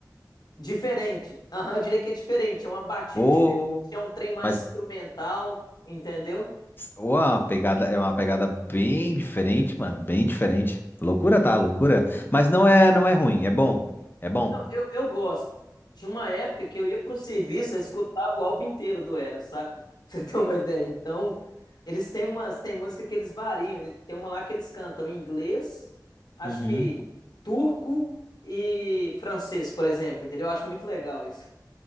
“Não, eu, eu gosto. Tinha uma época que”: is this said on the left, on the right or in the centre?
Left